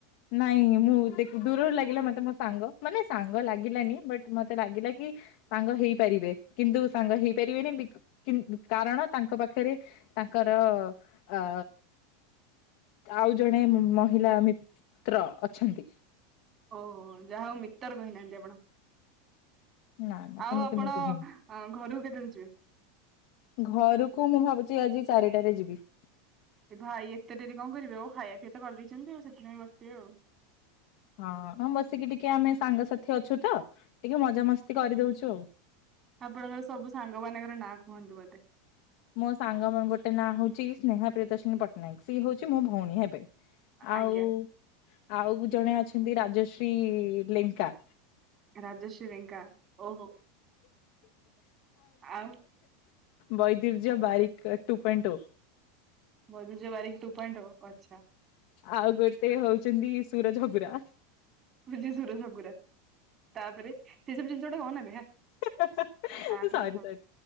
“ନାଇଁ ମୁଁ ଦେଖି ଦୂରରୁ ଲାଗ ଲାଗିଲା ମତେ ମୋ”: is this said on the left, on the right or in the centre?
Left